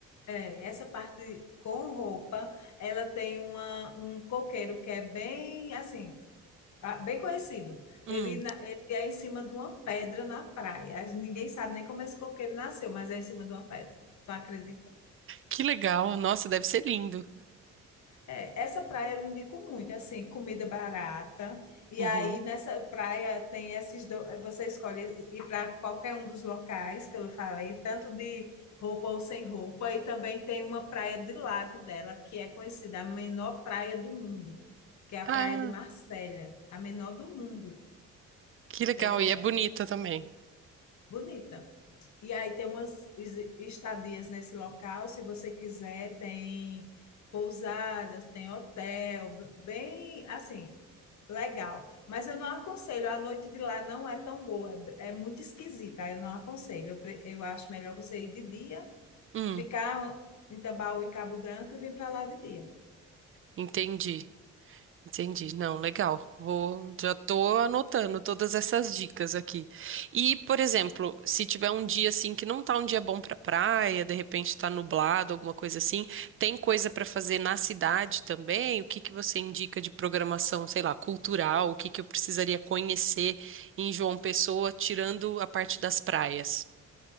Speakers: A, on the left (about 65°); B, on the right (about 45°).
A: É, essa parte com roupa, ela tem uma, um coqueiro que é bem assim, ah, bem conhecido.
B: Hum.
A: Ele, na- ele é em cima de uma pedra na praia. Ninguém sabe nem como esse coqueiro nasceu, mas é em cima de uma pedra. Tu acredita?
B: Que legal. Nossa, deve ser lindo.
A: É, essa praia eu indico muito, assim, comida barata. E
B: Uhum.
A: aí nessa praia tem esses do... você escolhe ir para qualquer um dos locais que eu falei, tanto de roupa ou sem roupa, e também tem uma praia de lado dela que é conhecida a menor praia do mundo, que é a praia
B: Ah,
A: de Marsella, a menor do mundo.
B: que legal.
A: Bem interessante.
B: E é bonita também.
A: Bonita. E aí tem umas es- estadias nesse local, se você quiser, tem pousadas, tem hotel, b- bem assim, Legal, mas eu não aconselho, a noite de lá não é tão boa, é, é muito esquisita, eu não aconselho. Eu, pre- eu acho melhor você ir de dia,
B: Hum.
A: ficar em Tambaú e Cabo Branco e vir para lá de dia.
B: Entendi. Entendi. Não, legal. Vou, já tô anotando todas essas dicas aqui. E, por exemplo, se tiver um dia assim que não tá um dia bom pra praia, de repente tá nublado, alguma coisa assim, tem coisa pra fazer na cidade também? O que que você indica de programação, sei lá, cultural? O que que eu precisaria conhecer em João Pessoa, tirando a parte das praias?